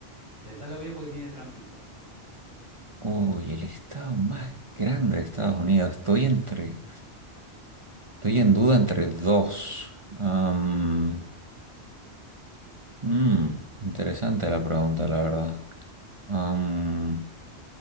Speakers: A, on the right; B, on the right.
A: Pensalo bien porque tiene trampita.
B: Uy, el estado más grande de Estados Unidos. Estoy entre, estoy en duda entre dos. Am, mm, interesante la pregunta, la verdad. Am,